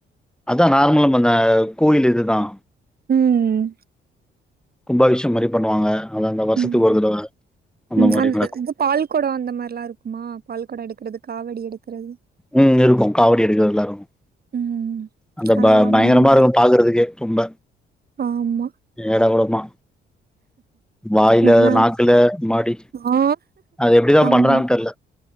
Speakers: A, in the centre; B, on the right.
A: அதான் நார்மல் அந்த கோயில் இதுதான்
B: ம்
A: கும்பாபிஷேகம் மாரி பண்ணுவாங்க அதான் அந்த வருஷத்துக்கு
B: உம்
A: ஒரு தடவ
B: உம்
A: மாரி
B: அந்த
A: நடக்கும்.
B: இது பால் குடம் அந்த மாரிலாம் இருக்குமா பால்குடம் எடுக்கறது காவடி எடுக்கறது
A: உம் இருக்கும் காவடி எடுக்றது எல்லாம் இருக்கும்
B: ம்.
A: அந்த
B: அதெல்லாமே
A: ப பயங்கரமா
B: நல்லா
A: இருக்கும் பாக்குறதுக்கே தும்ப
B: ஆமா.
A: ஏடா குடமா வாயில
B: நல்லா இருக்கும்.
A: நாக்குல மாடி
B: ஆ
A: அது எப்டிதான்
B: ஆமா.
A: பண்றாங்கன்னு தெரில